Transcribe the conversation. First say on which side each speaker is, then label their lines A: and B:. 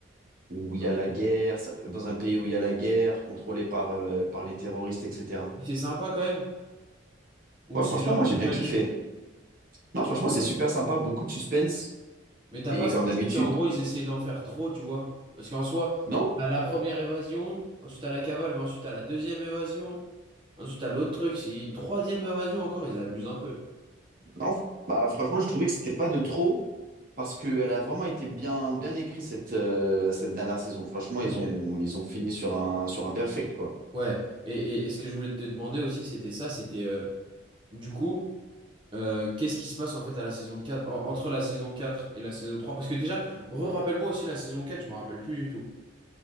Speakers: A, on the right; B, on the right.
A: où il
B: ok.
A: y a la guerre, ça- dans un pays où il y a la guerre, contrôlé par euh, par les terroristes, etc.
B: Et c'est sympa quand même? Ou
A: Ouais,
B: c'est
A: franchement,
B: genre
A: moi
B: too
A: j'ai bien
B: much?
A: kiffé. Non, franchement,
B: Ouais.
A: c'est super sympa, beaucoup de suspense
B: Mais t'as
A: et
B: pas senti
A: comme d'habitude.
B: qu'en gros, ils essayaient d'en faire trop, tu vois? Parce qu'en soi,
A: Non,
B: t'as la première évasion, ensuite t'as la cavale, mais ensuite t'as la deuxième évasion, ensuite t'as l'autre truc, c'est une troisième évasion encore, ils abusent un peu.
A: non. Bah, franchement, je trouvais que c'était pas de trop. Parce qu'elle a vraiment été bien, bien écrite cette, euh, cette dernière saison. Franchement, ils
B: Ok.
A: ont, ils ont fini sur un, sur un perfect, quoi.
B: Ouais. Et, et, et ce que je voulais te demander aussi, c'était ça, c'était euh, du coup. Euh, qu'est-ce qui se passe en fait à la saison 4 en- entre la saison 4 et la saison trois Parce que déjà, rappelle moi aussi la saison 4. je me rappelle plus du tout.